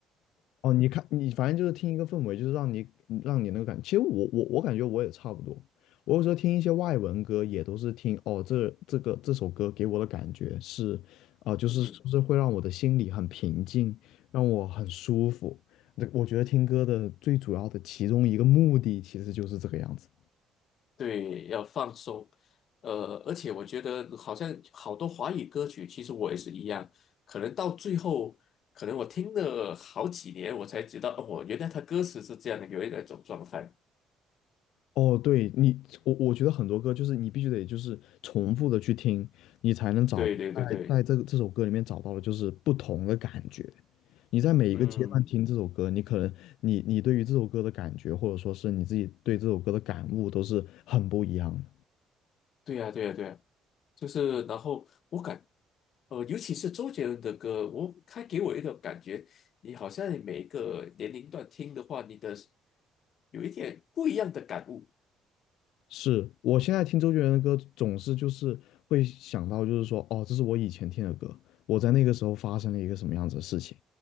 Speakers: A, on the left; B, on the left.
A: 哦，你看，你反正就是听一个氛围，就是让你让你那个感。其实我我我感觉我也差不多。我有时候听一些外文歌，也都是听哦，这这个这首歌给我的感觉是，啊、就是就是会让我的心里很平静，
B: 嗯哼，
A: 让我很舒服。那我觉得听歌的最主要的其中一个目的，其实就是这个样子。
B: 对，要放松。呃，而且我觉得好像好多华语歌曲，其实我也是一样，可能到最后，可能我听了好几年，我才知道，哦，原来他歌词是这样的，有一种状态。
A: 哦，对你，我我觉得很多歌就是你必须得就是重复的去听，你才能找在在这个这首歌里面找到的就是不同的感觉。
B: 对对对对，
A: 你在每一个阶段听这首歌，
B: 嗯，
A: 你可能你你对于这首歌的感觉，或者说是你自己对这首歌的感悟，都是很不一样的。
B: 对呀对呀对呀。就是然后我感，呃，尤其是周杰伦的歌，我他给我一种感觉，你好像每一个年龄段听的话，你的有一点不一样的感悟。
A: 是我现在听周杰伦的歌，总是就是会想到，就是说，哦，这是我以前听的歌，我在那个时候发生了一个什么样子的事情，